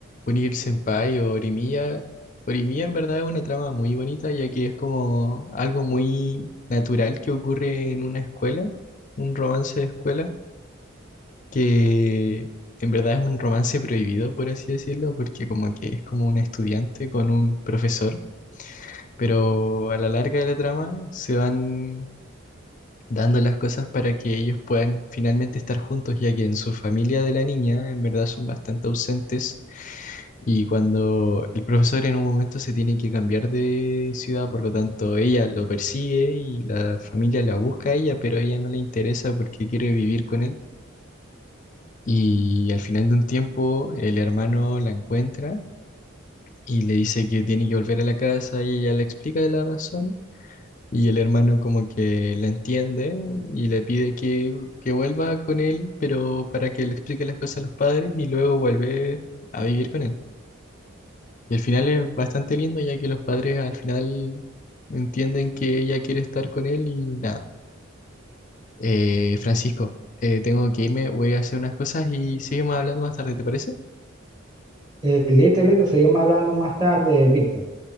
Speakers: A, on the left; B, on the right.
A: Unir Senpai o Orimiya. Orimiya, en verdad, es una trama muy bonita, ya que es como algo muy natural que ocurre en una escuela, un romance de escuela, que en verdad es un romance prohibido, por así decirlo, porque como que es como un estudiante con un profesor. Pero a la larga de la trama se van dando las cosas para que ellos puedan finalmente estar juntos, ya que en su familia de la niña en verdad son bastante ausentes y cuando el profesor en un momento se tiene que cambiar de ciudad, por lo tanto ella lo persigue y la familia la busca a ella, pero a ella no le interesa porque quiere vivir con él y al final de un tiempo el hermano la encuentra. Y le dice que tiene que volver a la casa y ella le explica la razón Y el hermano como que la entiende y le pide que, que vuelva con él, pero para que le explique las cosas a los padres y luego vuelve a vivir con él. Y el final es bastante lindo ya que los padres al final entienden que ella quiere estar con él y nada. Eh, Francisco, eh, tengo que irme, voy a hacer unas cosas y seguimos hablando más tarde, ¿te parece?
B: Eh, listo, listo, seguimos hablando más tarde, Víctor.